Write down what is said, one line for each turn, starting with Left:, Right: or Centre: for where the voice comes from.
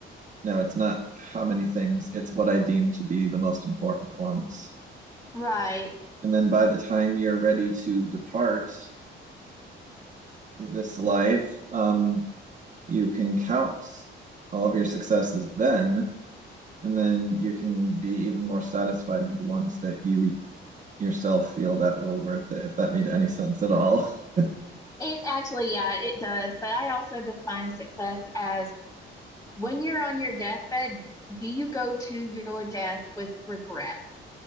Right: no, it's not how many things, it's what I deem to be the most important ones.
Left: right.
Right: And then by the time you're ready to depart this life, um, you can count all of your successes then, and then you can be even more satisfied with the ones that you yourself feel that were worth it, if that made any sense at all. <laughs>
Left: It actually, yeah, it does. But I also define success as when you're on your deathbed, do you go to your death with regret?